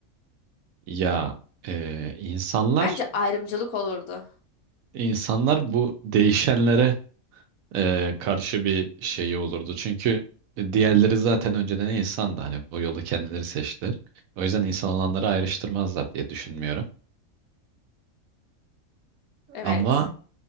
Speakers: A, on the right (about 75°); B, on the left (about 75°).
A: Ya e, insanlar
B: Bence ayrımcılık olurdu.
A: insanlar bu değişenlere e, karşı bir şeyi olurdu. Çünkü diğerleri zaten önceden insandı. Hani bu yolu kendileri seçtiler. O yüzden insan olanları ayrıştırmazlar diye düşünmüyorum.
B: Evet.
A: Ama